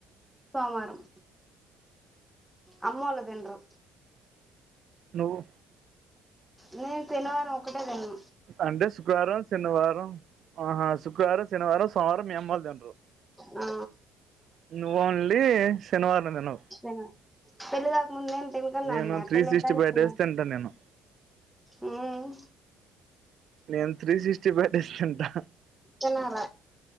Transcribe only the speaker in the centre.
సోమవారం అమ్మ వాళ్ళు తినరు
నేను శనివారం ఒకటే తిన్ను
ఆ
తిన పెళ్ళి కాక ముందు నేను తింటూనే
ఉన్నా,
పెళ్లి
ఐన తర్వాత
తిన
ఉమ్
తినాల